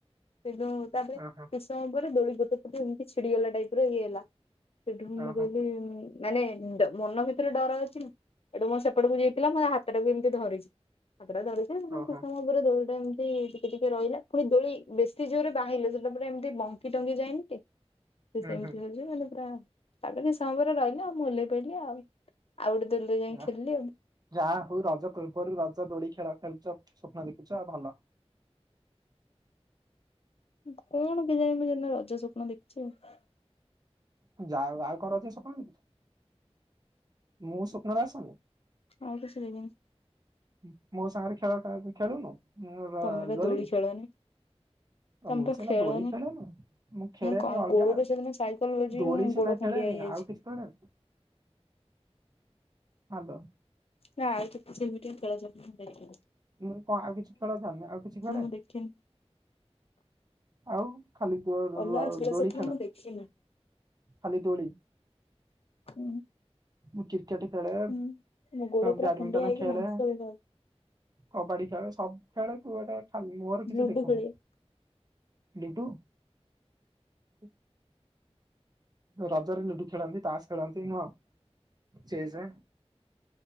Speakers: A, on the left; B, on the right.
A: <unintelligible> ଏଇ ଗୋଟେ
B: ଓହୋ
A: ପଟୁ ଏମିତି ଛିଡିଗଲା ଟାଇପର ହେଇଗଲା ସେଇଠୁ ମୁଁ
B: ଓହୋ
A: କହିଲି ମାନେ ଡ଼ ମନ ଭିତରୁ ଡର ଅଛି ଏଠୁ ମୁଁ ଏପେକୁ ଯାଇି <unintelligible> ମୋ ହାତ ଟାକୁ ଏମିତି ଧରିଛି। ଏପଟେ ଧରିଛି <unintelligible>
B: ଓହୋ
A: ଦୌ ଏମିତି ଟିକେ ଟିକେ ରହିଲା ପୁଣି ଦୋଳି ବେଶୀ ଯୋରେ ବାହିଲେ ସେଟା ପୁରା ଏମିତି ବଙ୍କ ଟଙ୍ଗା ଯାଇନି କି? ସେ
B: ହୁଁ
A: ସେମତି
B: ହୁଁ।
A: ହଉଛି ମାନେ ପୁରା ଆଉ ଟିକେ ସମୟ ପରେ ରହିଲା ଆଉ ମୁଁ ଓଲେଇ ପଇଲିି ଆଉ। ଆଉ ଗୋଟେ ଦୋଳିରେ ଯାଇ
B: ୟା
A: ଖେଳିଲି ଆଉ
B: ଯାହା ହଉ ରଜ ପୂର୍ବରୁ ରଜ ଦୋଳି ଖେଳ ଖେଳୁଛ। ସ୍ୱପ୍ନ ଦେଖୁଛ ଭଲ।
A: କଣ <unintelligible> ଯେ ରଜ ସ୍ୱପ୍ନ ଦେଖିଛି ଆଉ।
B: ଯାଆ ହଉ ଆଉ କଣ ରଜ ସ୍ୱପ୍ନ ଦେଖୁଛୁ। ମୋ ସୋ <unintelligible>
A: ଆଉ କିଛି ଦେବିନି।
B: ମ ମୋ ସାଙ୍ଗରେ ଖେଳ ଫେଳ ଖେଳୁନୁ। ମୁଁ ଏବା
A: ତମେ ବା
B: ଗଳି
A: ଦୋଳି ଖେଳନି ତମେ
B: ମୁଁ
A: ବା
B: ସିନା
A: ଖେଳନି
B: ଦୋଳି ଖେଳେନି ମୁଁ ଖେଳେନି
A: କଣ
B: ଅଲଗା
A: ଗୋଡରେ ସେଦିନ ସାଇକେଲ ବଜେଇ
B: ଦୋଳି
A: ମୋ
B: ସିନା
A: ଗୋଡ ଖଣ୍ଡିଆ
B: ଖେଳେନି
A: ହେଇଯାଇଛି।
B: ଆଉ କିଛି ଖେଳେ। ହଲୋ।
A: ନାଇ କିଛିବି ଟିକେ <unintelligible>
B: ମୁଁ କଣ ଆଉ କିଛି ଖେଳଥାନ୍ତିି ଆଉ କିଛି ଖେଳେ?
A: ମୁଁ ଦେଖିନି।
B: ଆଉ। ଖାଲି ଦୋର
A: ଅଲଗା
B: ଦୋଳି
A: ସ୍ୱପ୍ନ
B: ଖେଳ
A: ମୁଁ ଦେଖିନି।
B: ଖାଲି ଦୋଳି।
A: ହୁଁ
B: ମୁଁ କିର୍ କେଟ୍ ଖେଳେ
A: ହୁଁ ମୋ ଗୋଡ ପୁରା
B: ବ୍ୟାଡମିଣ୍ଟନ
A: ଖଣ୍ଡିଆ ହେଇକି
B: ଖେଳେ
A: ମାଂସ ଦେଖାଯାଉଛି
B: କବାଡି ଖେଳେ <inaudible> ଖେଳେ କୁଆଟା ଖାଲି ମୋର କିଛି
A: ଲୁଡୁ
B: ଦେଖୁନୁ।
A: ଖେଳିବା।
B: ଲିଟୁ। ହୁଁ। ରଜରେ ଲୁଡୁ ଖେଳନ୍ତି ତାସ୍ ଖେଳନ୍ତି ନୁହ ଚେସ୍